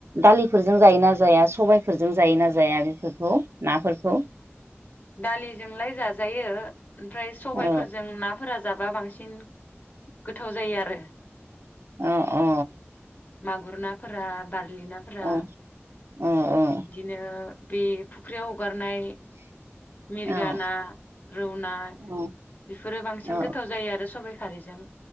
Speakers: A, on the right (about 70°); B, on the left (about 40°).
A: दालिफोरजों जायोना जाया सबायफोरजों जायोना जाया बेफोरखौ नाफोरखौ।
B: दालिजोंलाय जाजायो ओमफ्राय सबायफोरजों
A: औ
B: नाफोरा। जाबा बांसिन। गोथाव जायो आरो।
A: अ अ।
B: मागुर नाफोरा बारलिनाफोरा।
A: औ औ
B: इदिनो। बे फुख्रियाव। हगारनाय मिरगा
A: औ
B: ना रौ ना
A: औ
B: बेफोरो बांसिन
A: औ
B: गोथाव जायो आरो सबाय खारैजों।